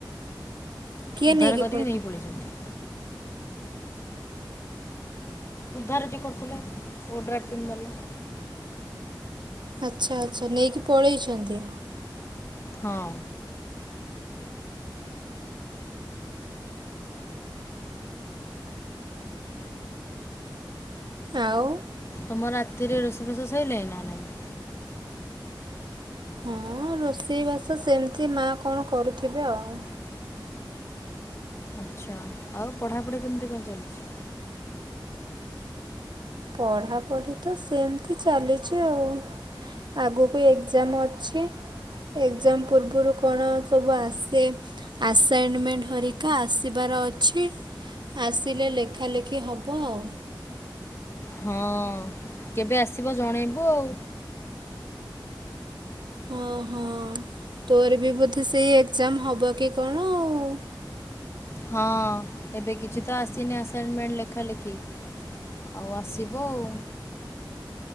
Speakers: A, on the right; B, on the left.
A: କିଏ
B: ଉଦ୍ଧାର
A: ନେଇକି
B: କରିକି ନେଇ ପଳେଇଛନ୍ତି। ଉଦ୍ଧାର ଯିଏ କରୁଥିଲେ ଓଡ୍ରାଫ୍ ଟିମ୍ ବାଲା।
A: ଆଚ୍ଛା ଆଚ୍ଛା ନେଇକି ପଳେଇଛନ୍ତି।
B: ହଁ।
A: ଆଉ
B: ତମର ରାତିରେ ରୋଷେଇ ବାସ ଶଇଲାଣି ନା ନାହିଁ।
A: ହଁ ରୋଷେଇବାସ ସେମିତି ମା କଣ କରୁଥିବେ ଆଉ।
B: ଆଚ୍ଛା ଆଉ ପଢ଼ାପଢ଼ି କେମିତି କଣ ଚାଲିଛି?
A: ପଢ଼ାପଢ଼ି ତ ସେମିତି ଚାଲିଛି ଆଉ। ଆଗକୁ ଏକଜାମ ଅଛି। ଏକଜାମ ପୂର୍ବରୁ କଣ ସବୁ ଆସେ ଆସାଇନମେଣ୍ଟ ହରିକା ଆସିବାର ଅଛି। ଆସିଲେ ଲେଖାଲେଖି ହବ ଆଉ।
B: ହଁ କେବେ ଆସିବ ଜଣେଇବୁ ଆଉ।
A: ହଁ ହଁ ତୋର ବି ବୋଧେ ସେଇ ଏକଜାମ ହବ କି କଣ। ଆଉ।
B: ହଁ ଏବେ କିଛି ତ ଆସିନି ଆସାଇନମେଣ୍ଟ ଲେଖା ଲେଖି। ଆଉ ଆସିବ ଆଉ।